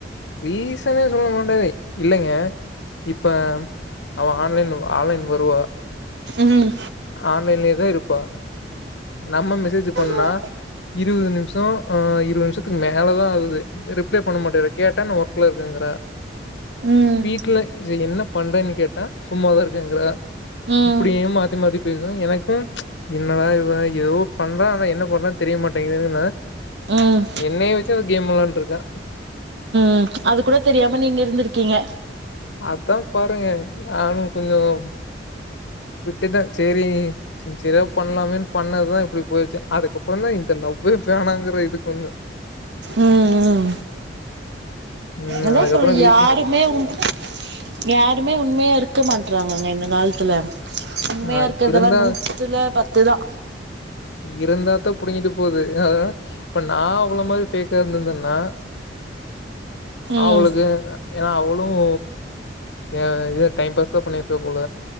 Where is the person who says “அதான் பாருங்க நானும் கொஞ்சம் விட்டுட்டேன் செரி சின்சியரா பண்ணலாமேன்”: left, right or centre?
Left